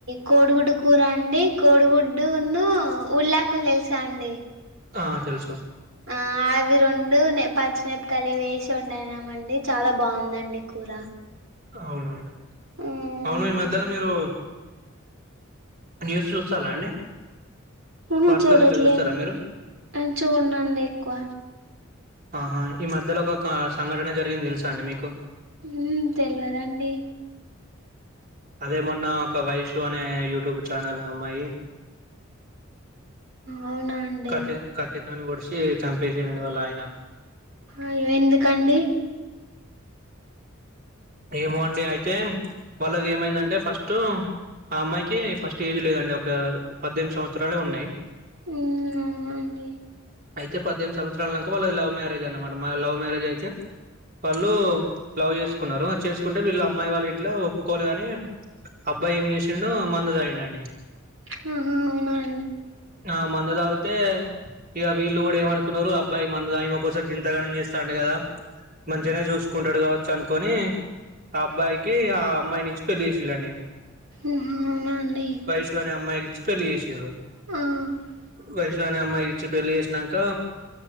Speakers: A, on the right; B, on the right.
A: కోడిగుడ్డు కూర అండి, కోడిగుడ్డున్న ఉల్లాకులు తెలుసాండి?
B: ఆ తెలుసా
A: ఆ అవి రెండు పచ్చినిపికలి వేసి ఉం అయినా అండి చాలా బాగుందండి కూర
B: అవును అండి
A: అవునండి
B: అవును ఈ మధ్యలో మీరు న్యూస్ చూస్తారా అండి
A: ఆహా
B: వార్తలు
A: చూడట్లేన్,
B: ఇట్లా చూస్తారా మీరు
A: అన్ చూడనండి ఎక్కువ
B: ఆహా ఈ మధ్యలో ఒక క సంఘటన జరిగింది తెలుసా అండి మీకు?
A: ఉ తెలియదండి
B: అదే మొన్న ఒక వైషూ అనే యూట్యూబ్ ఛానల్ అమ్మాయి
A: అవునా అండి
B: కటిల్ కటిల్ ని పొడిశి చంపేసిందండి వాళ్ల ఆయన
A: అయ్యో ఎందుకండి
B: ఏమో అండి అయితే వాళ్ళది ఏమైందంటే ఫస్ట్ ఆ అమ్మాయికి ఫస్ట్ ఏజ్ లేదండి ఒక పద్దెనిమిది సంవత్సరాలే ఉన్నాయి
A: ఉమ్ అవునా అండి
B: అయితే పద్దెనిమిది సంవత్సరాలక వాళ్ళ లవ్ మ్యేరేజ్ అనమాట, మా లవ్ మ్యారేజ్ అయితే వాళ్ళు లవ్ చేసు కున్నారు చేసుకుంటే వీళ్ళు అమ్మాయి వాళ్ళ ఇంట్ల ఒప్పుకోలేదుని, అబ్బాయి ఏం చేసిండు మందు తాగిండండి.
A: హ్మ్మ్ అవును
B: ఆ మందు తాగుతే, ఇగ వీళ్ళు గుడ ఏమనుకున్నారు అబ్బాయి మందు తాగి, ఈమ కోసం గింతగణం చేస్తాండు కదా మంచిగానే చూసుకుంటడు కావచ్చు అనుకొని, ఆ అబ్బాయికి ఆ అమ్మాయినిచ్చి పెళ్లి చేసిల్లండి.
A: ఆహా అవునా అండి
B: వైషూ అనే అమ్మాయికి ఇచ్చి పెళ్లి చేసిర్రూ.
A: ఆ ఆహా
B: వైషు అనే అమ్మాయికి ఇచ్చి పెళ్లి చేసినంక,